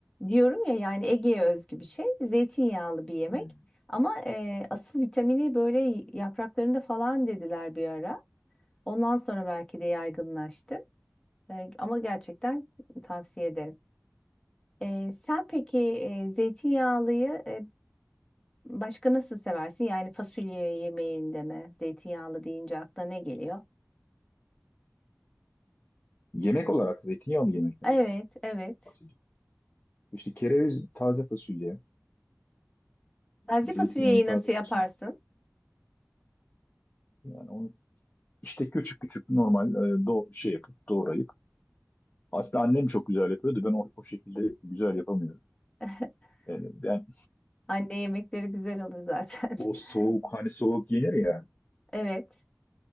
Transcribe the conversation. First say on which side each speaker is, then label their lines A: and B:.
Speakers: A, on the left; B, on the left.
A: Diyorum ya yani Ege'ye özgü bir şey. Zeytinyağlı bir yemek.
B: Hmm.
A: Ama e, asıl vitamini böyle yapraklarında falan dediler bir ara. Ondan sonra belki de yaygınlaştı. E, ama gerçekten tavsiye ederim. E, sen peki e, zeytinyağlıyı e, başka nasıl seversin? Yani fasulye yemeğinde mi? Zeytinyağlı deyince aklına ne geliyor?
B: Yemek olarak zeytinyağlı yemeklerden
A: Evet, evet.
B: bahsediyorum. İşte kereviz taze fasulye,
A: Taze
B: e, zeytinyağlı
A: fasulyeyi
B: taze
A: nasıl yaparsın?
B: fasulye. Yani onu işte küçük küçük normal e, do şey yapıp doğrayıp. Aslında annem çok güzel yapıyordu. Ben o, o şekilde güzel yapamıyorum.
A: <laughs>
B: Yani ben
A: Anne yemekleri güzel olur zaten.
B: o soğuk
A: <laughs>
B: hani soğuk yenir ya
A: Evet,